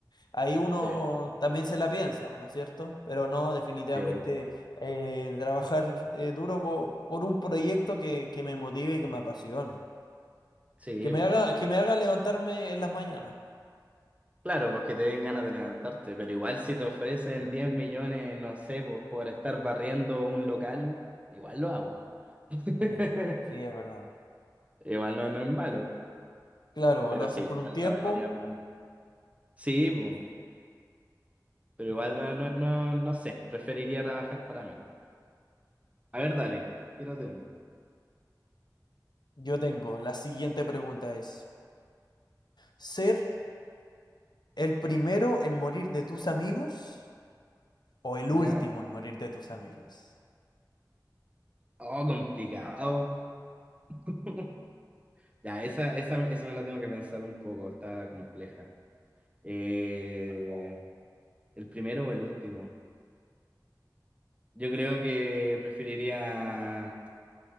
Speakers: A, on the left (about 75°); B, on the right (about 20°).
A: ahí uno
B: Sí.
A: también se la piensa, ¿no es cierto? Pero no, definitivamente
B: Sí, bo.
A: eh, trabajar eh, duro po- por, un proyecto que, que me motive y que me apasione,
B: Sí,
A: que me
B: pues.
A: haga, que me haga levantarme en las mañanas.
B: Claro, porque te den ganas de levantarte, pero igual si te ofrecen 10 millones, no sé, pues por estar barriendo un local, igual lo hago. <laughs>
A: Sí, sí, es verdad.
B: Igual no, no es malo,
A: Claro,
B: pero
A: lo haces
B: sí, igual
A: por un tiempo.
B: trabajaría por mí. Sí, pues, pero igual no, no, no, no sé, preferiría trabajar para mí. A ver, dale, tírate uno.
A: Yo tengo, la siguiente pregunta es, ¿ser el primero en morir de tus amigos o el
B: ¿Ya?
A: último en morir de tus amigos?
B: Oh, complicado. <laughs> Ya, esa, esa, esa me la tengo que pensar un poco, está compleja. Eh, ¿el primero o el último? Yo creo que preferiría,